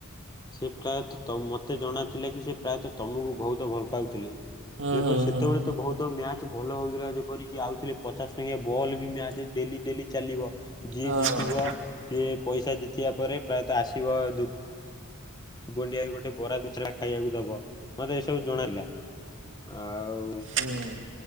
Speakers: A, on the left; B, on the right.
A: ସେ ପ୍ରାୟତଃ ତମ ମୋତେ ଜଣାଥିଲା କି ସେ ପ୍ରାୟତଃ ତମକୁ ବହୁତ ଭଲ ପାଉଥିଲେ ।
B: ହୁଁ
A: ଯେପରି
B: ହୁଁ
A: ସେତେବେଳେ
B: ହୁଁ ହୁଁ।
A: ତ ବହୁତ ମ୍ୟାଚ ଭଲ ହଉଥିଲା ଯେପରିକି ଆଉଥିଲେ ପଚାଶ ଟଙ୍କିଆ ବଲ୍ ବି ମ୍ୟାଚରେ ଡେଲି ଡେଲି ଚାଲିବ ଯିଏ
B: ହଁ।
A: ଜିତିବ ସିଏ ପଇସା ଜିତିବା ପରେ ପ୍ରାୟତଃ ଆସିବ ଦୁ ବୁଣ୍ଡିଭାଇ ଗୋଟେ ବରା ଦି ଚାଟା ଖାଇବାକୁ ଦବ ମତେ ସବୁ ଜଣାଥିଲା ଆଉ
B: ହୁଁ ହୁଁ